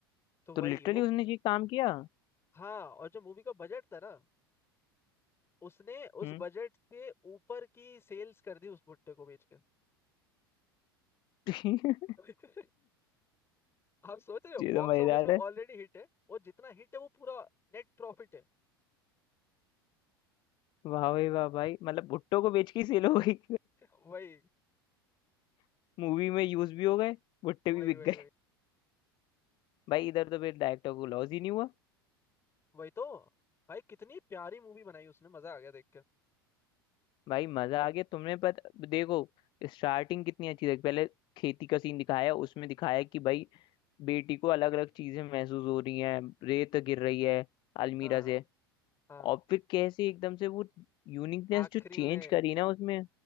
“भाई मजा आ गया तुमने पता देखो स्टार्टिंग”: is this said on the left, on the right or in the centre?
Left